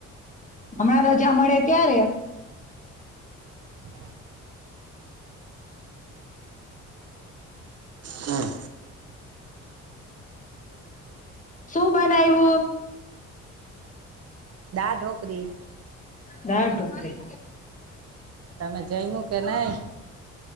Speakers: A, on the left; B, on the right.
A: હમણાં રજા મળે ત્યારે.
B: અ. હમ.
A: શું બનાવું.
B: દાળ ઢોકરી.
A: દાળ ઢોકળી.
B: તમે જમ્ઈયું કે નઈ.